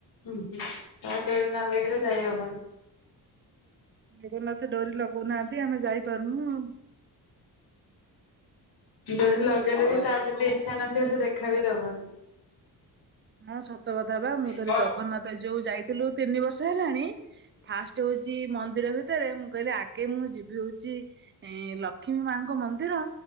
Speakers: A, on the left (about 60°); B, on the right (about 30°).
A: ହୁଁ ହୁଁ ତା ଡୋରି ନ ଲାଗିଲେ ଯାଇ ହବନି।
B: ଜଗନ୍ନାଥ ଡୋରି ଲଗଉନାହାନ୍ତି ଆମେ ଯାଇପାରୁନୁ ଆଉ।
A: ଡୋରି ଲଗେଇଲେ ବି ତାର ଯଦି ଇଚ୍ଛା ନଥିବ ସେ ଦେଖା ବି ଦବନି।
B: ହଁ ସତ କଥା ବା
A: ହୁଁ
B: ମୁଁ ଥରେ ଜଗନ୍ନାଥ ଯୋଉ ଯାଇଥିଲୁ ତିନି ବର୍ଷ ହେଲାଣି। ଫାଷ୍ଟ ହଉଛି ମନ୍ଦିର ଭିତରେ ମୁଁ କହିଲି ଆଗେ ମୁଁ ଯିବି ହଉଛି ଏ ଲ କ୍ଷ୍ମୀ ମାଙ୍କ ମନ୍ଦିର।